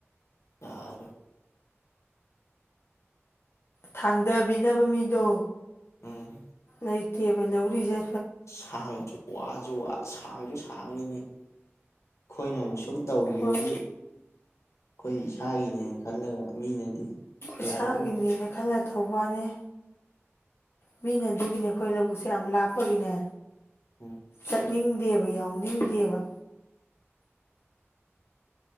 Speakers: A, on the left; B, on the left.
A: ꯌꯥꯔꯣꯏ
B: ꯊꯥꯡꯗꯕꯤꯅꯕ ꯃꯤꯗꯣ
A: ꯎꯝ
B: ꯂꯩꯇꯦꯕ ꯂꯧꯔꯤꯖꯦ
A: ꯁꯥꯡꯁꯨ ꯋꯥꯁꯨ ꯋꯥ ꯁꯥꯡꯁꯨ ꯁꯥꯡꯉꯤꯅꯦ ꯑꯩꯈꯣꯏꯅ ꯑꯃꯨꯛꯁꯨ ꯁꯨꯝ ꯇꯧꯈꯤꯕꯒꯤ
B: ꯍꯣꯏ
A: ꯑꯩꯈꯣꯏ ꯏꯁꯥꯒꯤꯅꯦ ꯈꯜꯂꯒ ꯃꯤꯅꯗꯤ
B: ꯏꯁꯥꯒꯤꯅꯦꯅ
A: ꯌꯥꯔꯛꯑꯣꯏ
B: ꯈꯜꯂ ꯇꯧꯕꯋꯥꯅꯦ ꯃꯤꯅ ꯑꯗꯨꯒꯤꯅꯦ ꯑꯩꯈꯣꯏ ꯂꯧꯕꯨꯛꯁꯦ ꯌꯥꯝ ꯂꯥꯞꯄꯒꯤꯅꯦ
A: ꯎꯝ
B: ꯆꯠꯅꯤꯡꯗꯦꯕ ꯌꯥꯎꯅꯤꯡꯗꯦꯕ